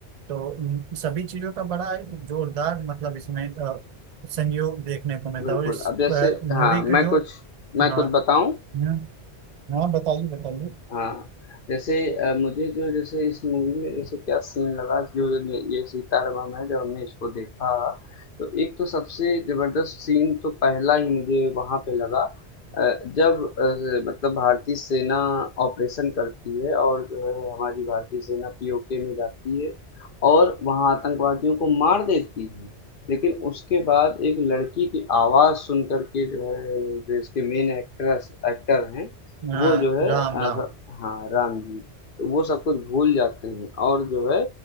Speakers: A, on the right; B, on the left.
A: तो उन सभी चीजों का बड़ा एक जोरदार मतलब इसमें अ, संयोग देखने को मिलता
B: बिल्कुल।
A: है और इस
B: अब जैसे
A: मूवी
B: हाँ, मैं
A: के जो
B: कुछ मैं
A: हाँ
B: कुछ बताऊँ?
A: हम्म, हाँ बताइए बताइए
B: हाँ, जैसे अ, मुझे जो जैसे इस मूवी में जैसे क्या सीन लगा जो ने- ये सीतारामम है जब हमने इसको देखा तो एक तो सबसे जबरदस्त सीन तो पहला ही मुझे वहां पे लगा अ, जब अ, मतलब भारतीय सेना ऑपरेशन करती है और जो है हमारी भारतीय सेना पीओके में जाती है और वहां आतंकवादियों को मार देती है लेकिन उसके बाद एक लड़की की आवाज सुन करके जो है जो इसके मेन एक्ट्रेस एक्टर हैं
A: हाँ
B: वो जो है
A: राम
B: हाँ
A: राम
B: राम जी तो वो सब कुछ भूल जाते हैं और जो है